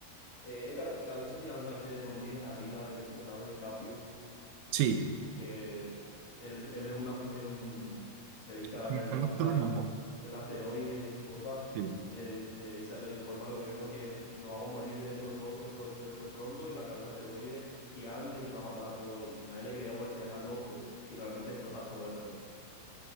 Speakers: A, on the left; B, on the right.
A: Eh, esta, la, no sé si alguna viste de No mires arriba de Leonardo DiCaprio.
B: Sí.
A: que él, él es un, aust- es un- se dedica
B: Como
A: a ver el
B: un
A: tema
B: astrónomo.
A: de la, del asteroides y esas cosas,
B: Sí,
A: y le, le dice, le informa al gobierno que nos vamos a morir de, esto de, pro- de pro- de esto de pronto y va a caer un asteroide gigante y que nos va a matar a todos, y, y nadie le creía porque decía, está loco, y realmente después pasó eso.